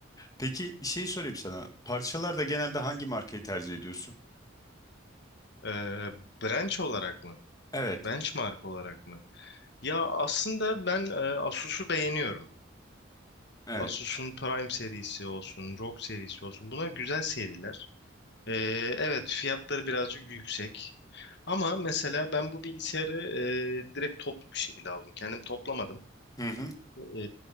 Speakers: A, on the left; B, on the left.
A: Peki şey sorayım sana. Parçalarda genelde hangi markayı tercih ediyorsun?
B: Ee, branch olarak mı?
A: Evet,
B: Benchmark olarak mı? Ya aslında ben e, Asus'u beğeniyorum.
A: evet.
B: Asus'un Prime serisi olsun, ROG serisi olsun. Bunlar güzel seriler. E, evet fiyatları birazcık yüksek. Ama mesela ben bu bilgisayarı e, direkt toplu bir şekilde aldım. Kendim toplamadım.
A: Hı hı.
B: E,